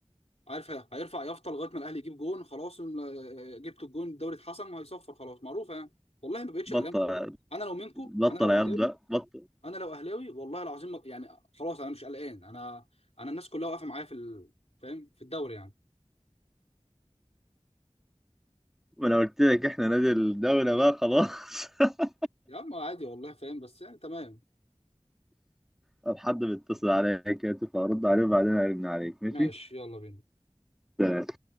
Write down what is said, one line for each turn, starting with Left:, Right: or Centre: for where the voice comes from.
Left: عارف هي- هيرفع يافطه لغايه ما الاهلي يجيب جون خلاص ال- جبت الجون الدوري اتحسم وهيصفر خلاص معروفه يعني والله ما بقتش
Centre: بطل
Left: قلقان خلاص انا لو منكم
Centre: بطل
Left: انا لو
Centre: عياط
Left: اهلاوي
Centre: بقى بطل
Left: انا لو اهلاوي والله العظيم ما- يعني خلاص انا مش قلقان انا انا الناس كلها واقفه معايا في ال... فاهم في الدوري يعني
Centre: ما انا قلت لك احنا نادي الدولة بقى خلاص <laughs>
Left: يا عم عادي والله فاهم بس يعني تمام
Centre: طب حد بيتصل عليا كده تبقى ارد عليه وبعدين ارن عليك ماشي
Left: ماشي يلا بينا
Centre: سلام.